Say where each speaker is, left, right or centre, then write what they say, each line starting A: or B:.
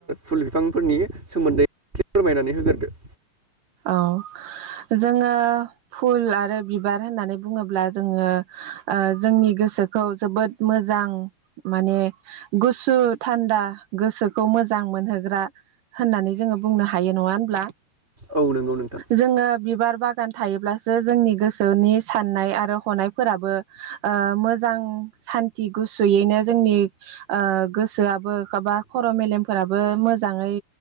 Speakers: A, on the right; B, on the right.
A: फुल बिफांफोरनि सोमोनदै एसे फोरमायनानै होग्रोरदो।
B: औ। जोङो फुल आरो बिबार होननानै बुङोब्ला जोङो ओ जोंनि गोस गोसोखौ जोबोद मोजां माने गुसु थान्दा गोसोखौ मोज मोजां मोनहोग्रा होननानै जोङो बुंनो हायो नङा होनब्ला?
A: औ नंगौ नोंथां
B: जोङो बिबार बागान थायोब्लासो जोंनि गोसोनि साननाय आरो हनायफोराबो ओ मोजां सान्थि गुसुयैनो जोंनि ओ गोसोआबो एबा खर' मेलेमफोराबो मोजाङै